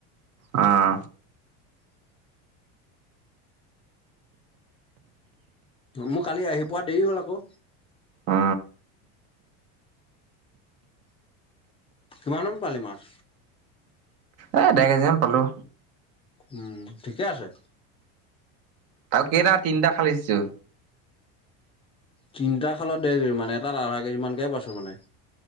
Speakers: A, on the right (about 50°); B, on the left (about 15°).
A: অঁ।
B: মোৰ কালি আহি পোৱা দেৰি হ'ল আকৌ।
A: অ
B: কিমানম পালি মাছ?
A: এ, দেৰ কেজি মান পালো।
B: উম, ঠিকে আছে।
A: তাৰো কেইটা তিনিটা খালৈ দিছোঁ।
B: তিনিটা খালত দেৰ কেজি মানে এটাত আধা কেজি মানকে পাইছ' মানে?